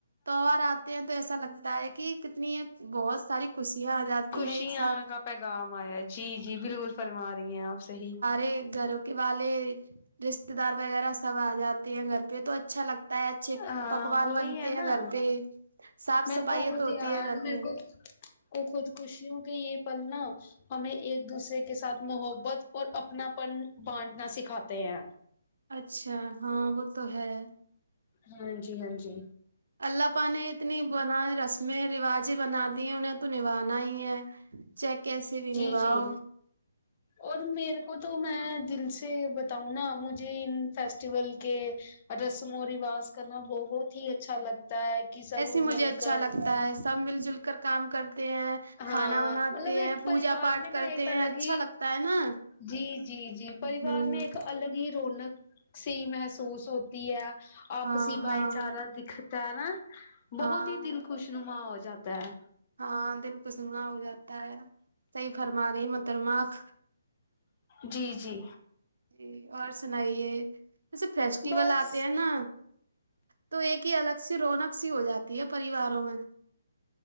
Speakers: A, on the right; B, on the left.
A: تہوار آتے ہیں تو ایسا لگتا ہے کہ کتنی بہت ساری خوشیاں آ جاتی
B: خوشیاں
A: ہیں ایک ساتھ
B: کا پیغام آیا جی جی بالکل فرما رہی ہیں آپ صحیح
A: ایک گھرک والے رشتے دار وغیرہ سب آ جاتے ہیں گھر پہ تو اچھا لگتا ہے اچھے
B: ہاں
A: پکوان
B: وہی
A: بنتے
B: ہے نا
A: ہیں گھر پہ صاف
B: میرے
A: صفائی
B: کو خود
A: تو
B: یار
A: ہوتی ہے گھر
B: میرے
A: میں
B: کو کو خود خوشیوں کے یہ پل نا ہمیں ایک دوسرے کے ساتھ محبت اور اپناپن بانٹنا سکھاتے ہیں
A: اچھا ہاں وہ تو ہے
B: ہاں جی ہاں جی
A: الله پاک نے اتنی بن رسمیں رواجیں بنا دی ہیں انہیں تو نبھانا ہی ہے چاہ کیسے بھی
B: جی
A: نباؤ
B: جی اور میرے کو تو میں دل سے بتاؤں نا مجھے ان فیسٹیول کے اور رسم و رواج کرنا بہت ہی اچھا لگتا ہے کہ سب
A: ایسے مجھے
B: مل
A: اچھا
B: کر
A: لگتا ہے سب مل جل کر کام کرتے ہیں
B: ہاں
A: کھانا بناتے
B: مطلب ایک
A: ہیں پوجا
B: پریوار
A: پاٹ
B: میں
A: کرتے
B: نا ایک
A: ہیں
B: الگ
A: اچھا
B: ہی
A: لگتا ہے نا
B: جی جی جی
A: ہ
B: پریوار نے ایک الگ رونق سی محسوس ہوتی ہے آپسی
A: ہاں ہاں
B: بھائی چارہ دیکھتا ہے نا
A: ہاں
B: بہت ہی دل خوش نما ہو جاتا ہے
A: ہاں دل خوش نما ہو جاتا ہے صحیح فرما رہی ہے محترمہ اپ
B: جی جی
A: جی اور سنائیے ایسے فیسٹیول
B: بس
A: آتے ہیں نا تو ایک ہی الگ سی رونق سی ہو جاتی ہے پریواروں میں